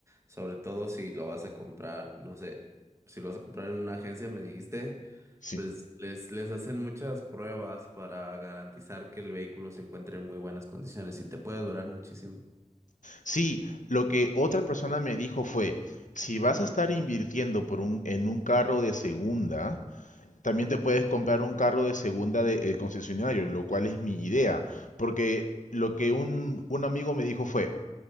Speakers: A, on the right (about 20°); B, on the left (about 75°).
A: Sobre todo si lo vas a comprar, no sé, si lo vas a comprar en una agencia, me dijiste,
B: Sí.
A: pues les, les hacen muchas pruebas para garantizar que el vehículo se encuentre en muy buenas condiciones y te puede durar muchísimo.
B: Sí, lo que otra persona me dijo fue, si vas a estar invirtiendo por un, en un carro de segunda, También te puedes comprar un carro de segunda del concesionario, lo cual es mi idea, porque lo que un, un amigo me dijo fue,